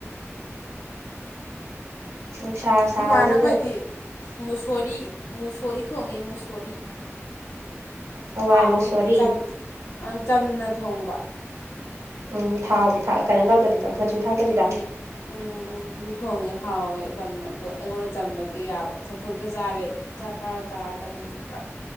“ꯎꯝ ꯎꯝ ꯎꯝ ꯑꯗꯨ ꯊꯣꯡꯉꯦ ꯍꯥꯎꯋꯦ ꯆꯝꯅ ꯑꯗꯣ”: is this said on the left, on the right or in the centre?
Left